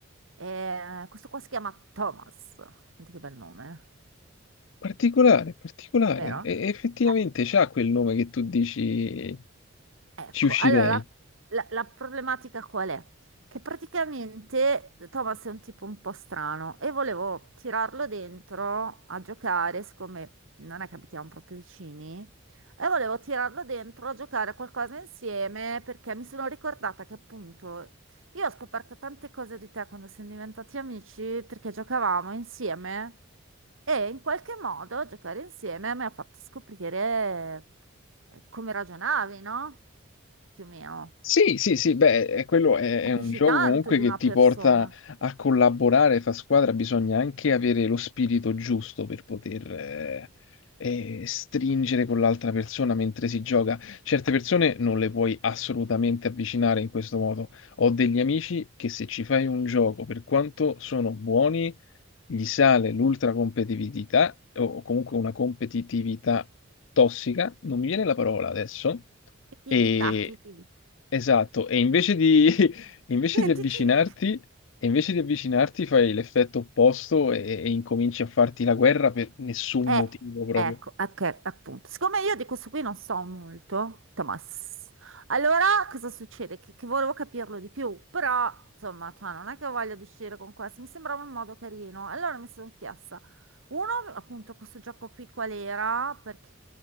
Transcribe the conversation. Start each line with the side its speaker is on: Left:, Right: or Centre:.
Right: Eh, questo qua si chiama Thomas. Senti che bel nome, eh.
Left: Particolare, particolare.
Right: vero?
Left: E e effettivamente
Right: Eh,
Left: c'ha quel nome che tu dici
Right: Ecco,
Left: ci uscirei.
Right: allora la, la- la problematica qual è? Che praticamente eh, Thomas è un tipo un po' strano e volevo tirarlo dentro a giocare, siccome non è che abitiamo proprio vicini, e volevo tirarlo dentro a giocare a qualcosa insieme perché mi sono ricordata che appunto io ho scoperto tante cose di te quando siamo diventati amici perché giocavamo insieme. E in qualche modo giocare insieme mi ha fatto scoprire eh, come ragionavi, no? Più o meno.
Left: Sì, sì, sì, beh, è- quello è,
Right: Capisci
Left: è un gioco
Right: tanto
Left: comunque
Right: di
Left: che
Right: una
Left: ti
Right: persona.
Left: porta a collaborare, fa squadra, bisogna anche avere lo spirito giusto per poter eh, eh, stringere con l'altra persona mentre si gioca. Certe persone non le puoi assolutamente avvicinare in questo modo. Ho degli amici che se ci fai un gioco, per quanto sono buoni, gli sale l'ultracompetitività o comunque una competitività tossica, non mi viene la parola adesso,
Right: Ti tivi,
Left: e
Right: ta, ti tivi.
Left: esatto, e invece di, <laughs> invece di avvicinarti,
Right: Ti tivi. <laughs>
Left: e invece di avvicinarti fai l'effetto opposto e, e incominci a farti la guerra per nessun
Right: Eh,
Left: motivo proprio.
Right: ecco, ok, appunto. Siccome io di questo qui non so molto, Thomas, allora cosa succede? Che, che volevo capirlo di più, però insomma, cioè, non è che voglio uscire con questo, mi sembrava un modo carino. Allora mi sono chiesta, uno, appunto, questo gioco qui qual era? Perché